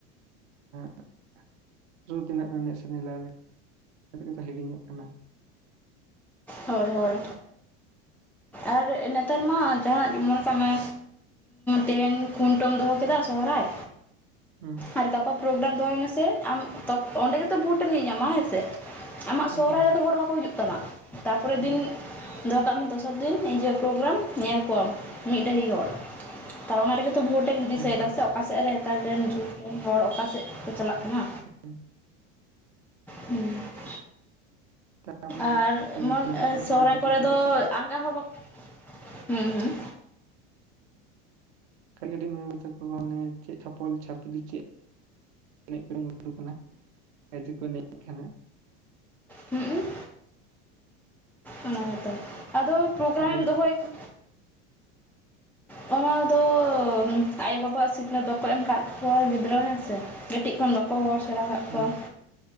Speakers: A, on the right (about 80°); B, in the centre.
A: <inaudible> ᱨᱩ ᱛᱤᱱᱟᱹᱜ ᱜᱟᱱ ᱮᱱᱮᱡ ᱥᱮᱨᱮᱧ ᱞᱟᱭ ᱞᱮ <inaudible> ᱦᱤᱲᱤᱧᱚᱜ ᱠᱟᱱᱟ
B: ᱦᱳᱭ ᱦᱳᱭ ᱟᱨ ᱱᱮᱛᱟᱨ ᱢᱟ ᱡᱟᱦᱟᱱᱟᱜ ᱜᱮ ᱢᱚᱱᱮ ᱠᱟᱜ ᱢᱮ ᱛᱮᱦᱮᱧ ᱠᱷᱩᱱᱴᱟᱹᱣᱢ ᱫᱚᱦᱚ ᱠᱮᱫᱟ ᱥᱚᱦᱨᱟᱭ
A: ᱦᱩᱸ
B: ᱟᱨ ᱜᱟᱯᱟ ᱯᱨᱳᱜᱨᱟᱢ ᱫᱚᱦᱚᱭ ᱢᱮᱥᱮ ᱟᱢ ᱚᱸᱰᱮ ᱜᱮᱛᱚ ᱵᱷᱳᱴᱮᱢ ᱮᱢ ᱧᱮᱧᱟᱢᱟ ᱦᱮᱸᱥᱮ ᱟᱢᱟᱜ
A: ᱦᱩᱸ
B: ᱥᱚᱦᱨᱟᱭ ᱨᱮᱫᱚ ᱦᱚᱲ ᱵᱟᱠᱚ ᱦᱤᱡᱩᱜ ᱛᱟᱢᱟ ᱛᱟᱨᱯᱚᱨᱮᱨ
A: ᱦᱩᱸ
B: ᱫᱤᱱ ᱫᱚᱦᱚ ᱠᱟᱜ ᱢᱮ ᱫᱚᱥᱟᱨ ᱫᱤᱱ ᱦᱤᱡᱩᱜ-ᱟ ᱯᱨᱳᱜᱨᱟᱢ ᱧᱮᱞ ᱠᱚᱣᱟᱢ ᱢᱤᱫ ᱰᱟᱹᱦᱤ ᱦᱚᱲ ᱛᱟᱶ ᱚᱱᱟ ᱨᱮᱜᱮ ᱛᱚ ᱵᱷᱳᱴ ᱮᱢ ᱫᱤᱥᱟᱹᱭᱫᱟ
A: ᱦᱮᱸ
B: ᱥᱮ ᱚᱠᱟ ᱥᱮᱫ ᱨᱮ <inaudible> ᱦᱚᱲ ᱚᱠᱟᱥᱮᱫ ᱠᱚ ᱪᱟᱞᱟᱜ ᱠᱟᱱᱟ
A: ᱦᱩᱸᱩ
B: ᱦᱮᱸ <inaudible>
A: ᱛᱟᱯᱚᱨᱮ
B: ᱟᱨ ᱢᱚᱡ
A: ᱧᱮᱞᱚᱜ ᱠᱟᱱᱟ
B: ᱥᱚᱦᱨᱟᱭ
A: ᱠᱚ ᱠᱟᱹᱴᱤᱡ
B: ᱠᱚᱨᱮ
A: ᱠᱟᱹᱴᱤᱡ
B: ᱫᱚ ᱟᱸᱜᱟ ᱦᱚᱸ ᱵᱟ ᱦᱩᱸᱦᱩᱸ
A: ᱠᱟᱹᱴᱤᱡ ᱠᱟᱹᱴᱤᱡ ᱢᱮᱟᱝ ᱢᱮᱛᱟᱠᱚᱣᱟ ᱦᱟᱱᱮ ᱪᱮᱫ ᱪᱷᱟᱯᱚᱞ ᱪᱷᱟᱹᱯᱨᱤ ᱪᱮᱫ <unintelligible> ᱠᱚ ᱮᱱᱮᱡ ᱠᱟᱱᱟ
B: ᱦᱩᱸ ᱚᱱᱟ ᱜᱮᱛᱚ ᱟᱫᱚ ᱯᱨᱳᱜᱨᱟᱢᱮᱢ
A: ᱞᱟᱹᱭ
B: ᱫᱚᱦᱚᱭ ᱠᱷᱟᱱ ᱚᱱᱟ ᱫᱚ ᱟᱭᱳ ᱵᱟᱵᱟᱣᱟᱜ ᱥᱤᱠᱷᱱᱟᱹᱛ ᱵᱟᱠᱚ ᱮᱢ ᱟᱠᱟᱫ ᱠᱚᱣᱟ ᱜᱤᱫᱨᱟᱹ ᱦᱮᱸ ᱥᱮ ᱠᱟᱹᱴᱤᱡ ᱠᱷᱚᱱ ᱵᱟ ᱠᱚ ᱦᱚᱲ ᱥᱮᱲᱟ ᱟᱠᱟᱫ
A: ᱦᱩᱸ
B: ᱠᱚᱣᱟ